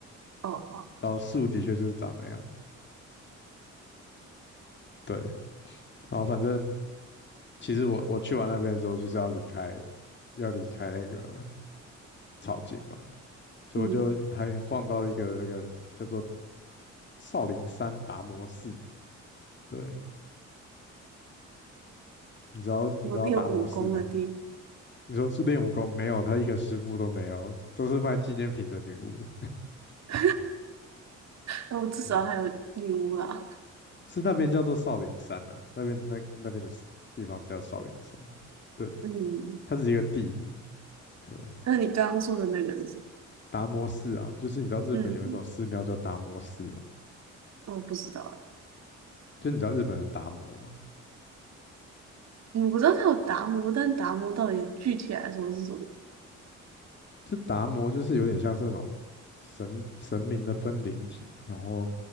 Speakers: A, on the right (about 60°); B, on the left (about 40°).
A: 哦哦，
B: 然后树的确就是长那样，对，然后反正其实我我去完那边的时候就是要离开，要离开那个草津嘛，所以我就还晃到一个那个叫做
A: 嗯，
B: 少林山达摩寺，对，你知道你知道达摩寺吗？
A: 我练武功的地方，
B: 你说是练武功没有？他一个师傅都没有，都是卖纪念品的女巫。
A: <laughs> 哦，至少还有女巫啦。
B: 对啊是那边叫做少林山呐、那边那那边的 s- 地方叫少林山，对，
A: 嗯，
B: 它只是一个地名。对，
A: 那你刚刚说的那个是什么？
B: 达摩寺啊，就是你知道日本有一种寺庙叫达摩寺嘛，
A: 嗯，我不知道啊，
B: 就你知道日本的达摩嘛，
A: 嗯我不知道它有达摩，但达摩到底具体来说是什么？
B: 就达摩就是有点像是那种神神明的分灵体，然后